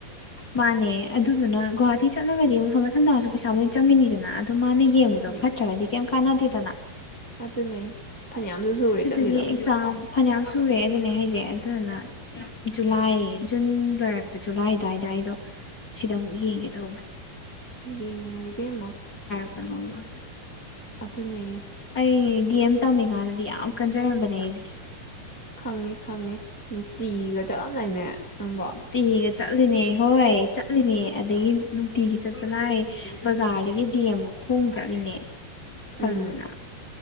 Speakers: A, on the left; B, in the centre.
A: ꯃꯥꯅꯦ ꯑꯗꯨꯗꯨꯅ ꯒꯨꯍꯥꯇꯤ ꯆꯠꯂꯒꯗꯤ ꯑꯃꯨꯛ ꯍꯟꯒꯠ ꯊꯟꯗꯥꯁꯨ ꯄꯩꯁꯥ ꯂꯣꯏꯅ ꯆꯪꯒꯅꯤꯗꯅ ꯑꯗꯨꯝ ꯃꯥꯅ
B: ꯑꯗꯨꯅꯦ
A: ꯌꯦꯡꯕꯗꯣ ꯐꯠꯇ꯭ꯔꯒꯗꯤ ꯀꯩꯝ ꯀꯅꯥꯗꯦꯗꯅ
B: ꯑꯗꯨꯅꯦ ꯐꯅꯌꯥꯝꯁꯨ ꯁꯨꯔꯦ
A: ꯑꯗꯨꯗꯨꯒꯤ
B: ꯆꯠꯂꯤꯗꯣ
A: ꯑꯦꯛꯖꯥꯝ ꯐꯅꯌꯥꯝ ꯁꯨꯔꯦ ꯑꯗꯨꯅꯦ ꯍꯥꯏꯁꯦ ꯑꯗꯨꯗꯨꯅ ꯖꯨꯂꯥꯏ ꯖꯨꯟ ꯂꯣꯏꯔꯛꯄ ꯖꯨꯂꯥꯏ ꯑ ꯑꯗꯨꯋꯥꯏꯗ ꯑꯩꯗꯣ ꯁꯤꯗ ꯑꯃꯨꯛ ꯌꯦꯡꯒꯦ ꯇꯧꯕꯅꯦ
B: ꯌꯦꯡꯑꯣ ꯏꯕꯦꯝꯃ
A: ꯁ <unintelligible>
B: ꯑꯗꯨꯅꯦ
A: ꯑꯩ ꯗꯤꯑ ꯦꯝ ꯇꯝꯃꯤꯀꯥꯟꯗꯗꯤ ꯌꯥꯝ ꯀꯟꯖꯔꯝꯕꯅꯦ ꯑꯩꯖꯦ
B: ꯈꯪꯉꯦ ꯈꯪꯉꯦ ꯅꯨꯡꯇꯤꯒꯤꯒ ꯆꯠꯂꯝꯗꯥꯏꯅꯦ ꯅꯪꯕꯣ
A: ꯅꯨꯡꯇꯤꯒ ꯆꯠꯂꯤꯅꯦ ꯍꯣꯏ ꯆꯠꯂꯤꯅꯦ ꯑꯗꯒꯤ ꯅꯨꯡꯇꯤꯒꯤ ꯆꯠꯄ ꯂꯥꯏꯔꯤ ꯕꯖꯥꯔꯗꯒꯤ ꯗꯤ ꯑꯦꯝ ꯕꯧ ꯈꯣꯡꯅ ꯆꯠꯂꯤꯅꯦ ꯈꯜꯗꯨꯂꯅ
B: ꯎꯝ